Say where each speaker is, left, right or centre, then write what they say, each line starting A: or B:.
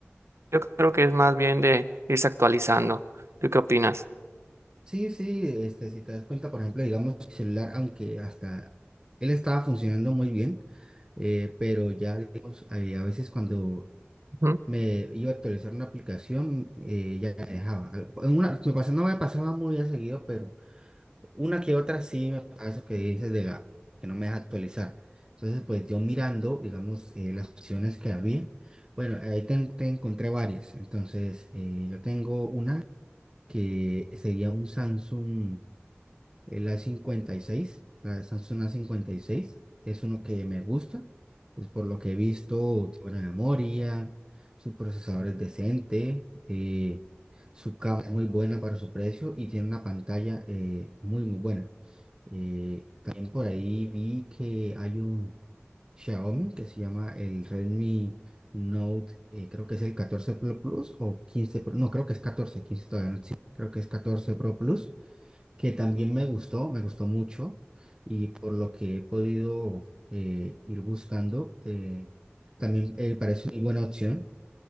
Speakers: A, on the right; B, on the right.
A: yo creo que es más bien de irse actualizando. ¿Tú qué opinas?
B: Sí, sí, este, si te das cuenta, por ejemplo, digamos, mi celular, aunque hasta él estaba funcionando muy bien, eh, pero ya, digamos, eh, a veces cuando
A: Ujú.
B: me iba a actualizar una aplicación, eh, ya me dejaba. Al- en Una, me pasa- no me pasaba muy a seguido, pero una que otra sí me pasa eso que dices de la que no me deja actualizar. Entonces, pues yo mirando, digamos, eh, las opciones que había, bueno, ahí te, en- te encontré varias. Entonces, eh, yo tengo una que sería un Samsung. El a cincuenta y seis la Samsung a cincuenta y seis es uno que me gusta, pues por lo que he visto, tiene buena memoria, su procesador es decente, eh, su cámara es muy buena para su precio y tiene una pantalla eh, muy, muy buena. Eh, también por ahí vi que hay un Xiaomi que se llama el Redmi Note, eh, creo que es el 14 Pro Plus o 15 Pro, no, creo que es catorce 15 todavía no existe, creo que es catorce Pro Plus que también me gustó, me gustó mucho y por lo que he podido eh, ir buscando, eh, también eh, parece una buena opción.